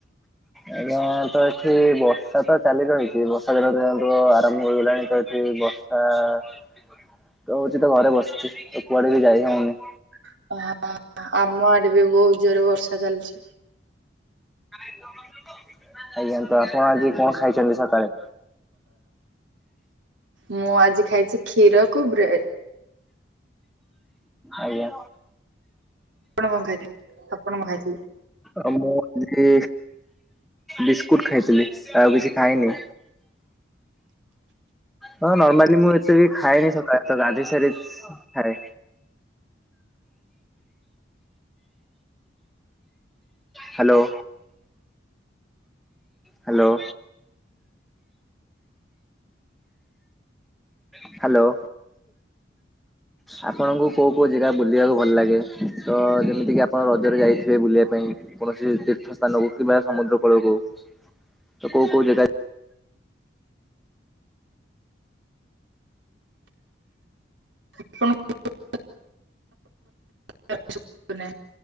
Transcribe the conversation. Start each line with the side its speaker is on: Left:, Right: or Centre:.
Centre: ଆଜ୍ଞା ତ ଏଠି ବର୍ଷା ତ ଚାଲି ରହିଛି। ବର୍ଷା <unintelligible> ଆରମ୍ଭ ହୋଇଇଗଲାଣି। ତ ଏଠି ବ ଆ ଶୀତ ହଉଛି ତ ଘରେ ବସିଛି। ତ କୁଆଡେ ବି ଯାଇ ହଉନି।
Right: <unintelligible> ଆମ ଆଡେ ବି ବହୁତ ଜୋରେ ବର୍ଷା ଚାଲିଛି।
Centre: <unintelligible> ଆଜ୍ଞା ତ ଆପଣ ଆଜି କଣ ଖାଇଛନ୍ତି ସକାଳେ?
Right: ମୁଁ ଆଜି ଖାଇଛି କ୍ଷୀରକୁୁ ବ୍ରେଡ଼
Centre: ଆଜ୍ଞା।
Right: ଆପଣ କଣ ଖାଇଥିଲେ। ଆପଣ କଣ ଖାଇଥିଲେ?
Centre: ଆମ ମୁଁ କି ବିସ୍କୁଟ୍ ଖାଇଥିଲି। ଆଉ କିଛି ଖାଇନି। ହଁ ନର୍ମାଲି ମୁଁ ଏତେ ବି ଖାଏନି ସକାଳେ ତ ଗାଧେଇସାରି ଖାଏ। ହ୍ୟାଲୋ। ହ୍ୟାଲୋ। ହ୍ୟାଲୋ। ଆପଣଙ୍କୁ କୋଉ କୋଉ ଜାଗା ବୁଲିବାକୁ ଭଲ ଲାଗେ। ତ ଯେମିତିକି ଆପଣ ରଜରେ ଯାଇଥିବେ ବୁଲିବା ପାଇଁ? କୌଣସି ତୀର୍ଥ ସ୍ଥାନ କୁ କିମ୍ବା ସମୁଦ୍ର କୂଳକୁ। ତ କୋଉ କୋଉ ଜାଗା
Right: <inaudible> <unintelligible>